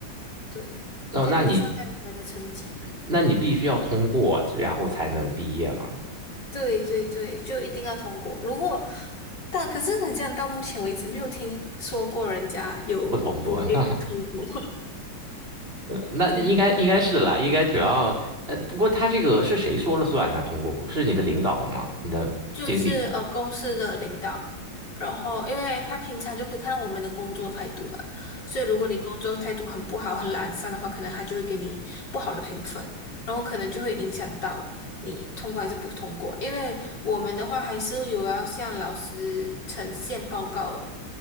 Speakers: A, on the left; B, on the right.
A: 对，
B: 哦，
A: 它没有算在我们的成绩里面。
B: 那你那你必须要通过，然后才能毕业吗？
A: 对对对，就一定要通过。如果但可是很像到目前为止没有听说过人家有不被通过。
B: 不通过，<laughs>
A: <laughs>
B: 那应该应该是啦，
A: 对，
B: 应该只要，呃，不过他这个是谁说了算呢？通过不是你的领导吗？你的经理？
A: 就是呃公司的领导，然后因为他平常就可以看到我们的工作态度嘛，所以如果你工作态度很不好、很懒散的话，可能他就会给你不好的评分，然后可能就会影响到你通过还是不通过。因为我们的话还是有要向老师呈现报告的，